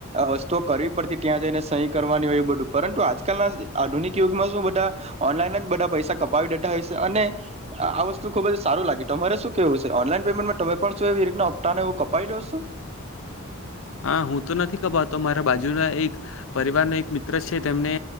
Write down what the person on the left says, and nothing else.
આહ હું તો નથી કપાતો મારા બાજુના એક પરિવાર ન એક મિત્ર છે તેમને